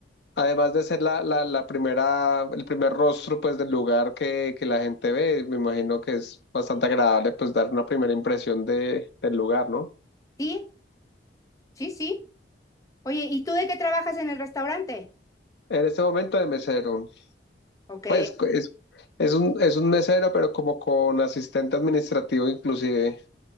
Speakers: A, on the left; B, on the left.
A: Además de ser la, la, la primera, el primer rostro pues del lugar que, que la gente ve, me imagino que es bastante agradable pues dar una primera impresión de, del lugar, ¿no?
B: Sí, sí, sí. Oye, ¿y tú de qué trabajas en el restaurante?
A: En este momento de mesero,
B: Ok,
A: pues co- es, es un, es un mesero, pero como con asistente administrativo inclusive.